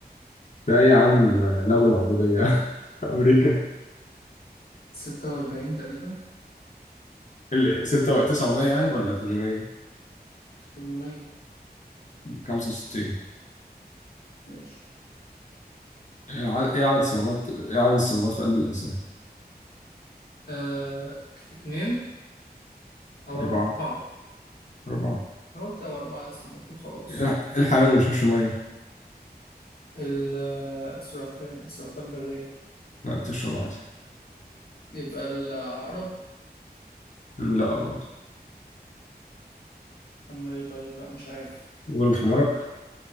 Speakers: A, on the left (about 45°); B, on the left (about 70°).
A: في أي عام لغوا العبودية <laughs> في أمريكا
B: 46 تقريبا
A: ال- ستة ولا 900 يعني ولا 800
B: 800
A: 65
B: ماشي
A: إيه ع-
B: دورك
A: إيه عدد الصمامات إيه عدد الصمامات في قلب الإنسان
B: آه... اتنين او
A: أربعة
B: اربعه
A: أربعة
B: انا قلت او اربعه بس المفروض خلاص
A: إيه الحيوان اللي ما بيشربش مية
B: ال- آه، السلحفاه السلحفاه البريه
A: لا بتشرب عادي
B: يبقى العقرب
A: مم، لا برضه
B: اما ليه طيب لا مش عارف
A: غلب حمارك